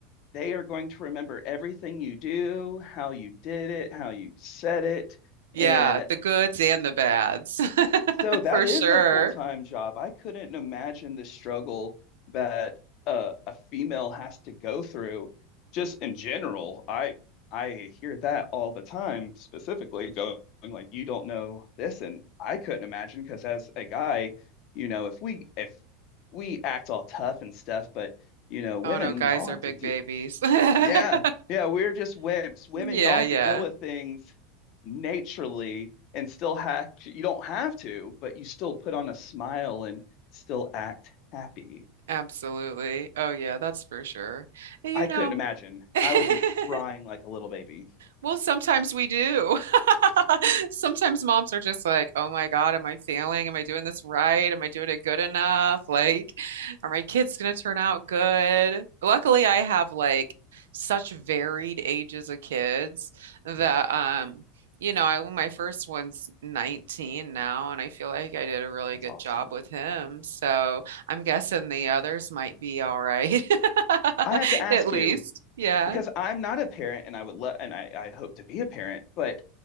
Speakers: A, on the left; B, on the right.
A: They are going to remember everything you do, how you did it, how you said it.
B: Yeah,
A: And
B: the goods and the bads, <laughs>
A: so that
B: for
A: is
B: sure.
A: a full-time job. I couldn't imagine the struggle that uh, a female has to go through just in general. I I hear that all the time, specifically going like you don't know this and I couldn't imagine because as a guy, you know, if we if we act all tough and stuff, but you know, women,
B: Oh no, guys
A: y'all
B: are
A: have
B: big
A: to do
B: babies. <laughs>
A: yeah, yeah, we're just wimps. Women,
B: Yeah,
A: y'all have
B: yeah,
A: to deal with things naturally and still hack. You don't have to, but you still put on a smile and still act happy.
B: absolutely. Oh yeah, that's for sure. You
A: I
B: know.
A: couldn't imagine. I would
B: <laughs>
A: be crying like a little baby.
B: Well, sometimes we do. <laughs> Sometimes moms are just like, oh my God, am I failing? Am I doing this right? Am I doing it good enough? Like, are my kids going to turn out good? Luckily, I have like such varied ages of kids that, um, you know, I, my first one's 19 now, and I feel like I did a really
A: That's
B: good
A: awesome.
B: job with him. So I'm guessing the others might be all right, <laughs>
A: I have to ask
B: at least.
A: you,
B: Yeah.
A: because I'm not a parent and I would love and I, I hope to be a parent, but